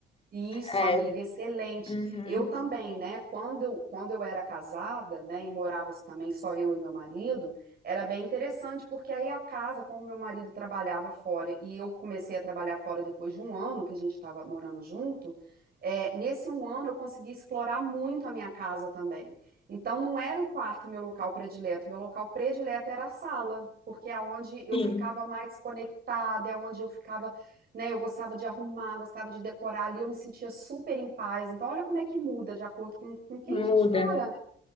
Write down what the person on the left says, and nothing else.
É,
uhum,
sim,
muda.